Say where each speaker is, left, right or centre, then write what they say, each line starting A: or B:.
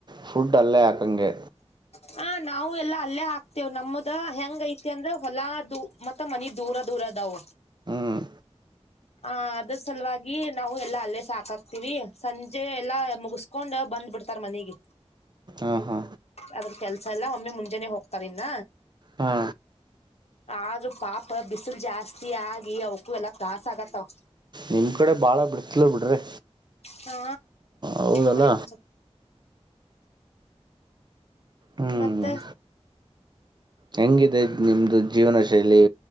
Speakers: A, on the right; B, on the left.
A: ಫುಡ್ ಅಲ್ಲೇ ಹಾಕಂಗೆ.
B: ಹ ನಾವು ಎಲ್ಲಾ ಅಲ್ಲೇ ಹಾಕ್ತೇವ ನಮದ ಹೆಂಗ್ ಐತಿ ಅಂದ್ರೆ ಹೊಲಾ ದೂ ಮತ್ತ ಮನಿ ದೂರ ದೂರದಾವ.
A: ಹ್ಮ್
B: ಹ ಅದ್ರ ಸಲುವಾಗಿ ನಾವು ಎಲ್ಲಾ ಅಲ್ಲೇ ಸಾಕಾಕ್ತಿವಿ. ಸಂಜೆ ಎಲ್ಲಾ ಮುಗಿಸಿ ಕೊಂಡ್ ಬಂದ್ ಬಿಡ್ತಾರೇ ಮನೆಗೆ.
A: ಹಾ ಹಾ
B: ಅದ್ರ ಕೆಲ್ಸ ಎಲ್ಲ ಒಮ್ಮೆ ಮುಂಜೆನನೆ ಹೋಗ್ತಾರೇ ಇನ್ನ
A: ಹಾ
B: ಆದ್ರೂ ಪಾಪ ಬಿಸಿಲು ಜಾಸ್ತಿ ಆಗಿ ಅವಕು ಎಲ್ಲಾ ತ್ರಾಸ್ ಅಗತಾವ್.
A: ನಿಮ್ಮ ಕಡೆ ಬಾಳ ಬಿಸಲು ಬಿಡ್ರಿ.
B: ಹಾ
A: ಹೌದಲ್ಲ
B: ಬರೀ ಒಂದು ಸ್ವಲ್ಪ.
A: ಹ್ಮ್
B: ಮತ್ತೆ
A: ಹೆಂಗಿದೆ ನಿಮ್ದು ಜೀವನ ಶೈಲಿ